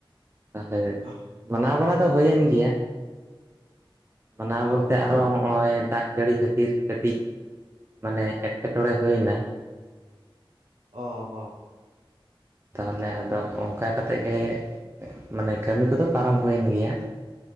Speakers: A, on the right; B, on the right.
A: ᱛᱟᱦᱞᱮ
B: ᱚ
A: ᱢᱟᱱᱟᱣ ᱵᱟᱲᱟ ᱫᱚ ᱦᱩᱭᱮᱱ ᱜᱮᱭᱟ᱾ ᱢᱟᱱᱟᱣ ᱵᱚᱞᱛᱮ
B: ᱚ
A: ᱟᱨᱚ ᱱᱚᱜᱼᱚᱭ ᱫᱟᱜ ᱡᱟᱹᱲᱤ ᱠᱷᱟᱹᱛᱤᱨ ᱠᱟᱹᱴᱤᱡ ᱢᱟᱱᱮ ᱮᱴᱠᱮᱴᱚᱬᱮ ᱦᱩᱭ ᱮᱱᱟ,
B: ᱚ ᱚ
A: ᱛᱟᱦᱚᱞᱮ ᱟᱫᱚ ᱚᱱᱠᱟ ᱠᱟᱛᱮᱫ ᱜᱮ ᱢᱟᱱᱮ ᱠᱟᱹᱢᱤ ᱠᱚᱫᱚ ᱯᱟᱨᱚᱢ ᱦᱩᱭᱮᱱ ᱜᱮᱭᱟ᱾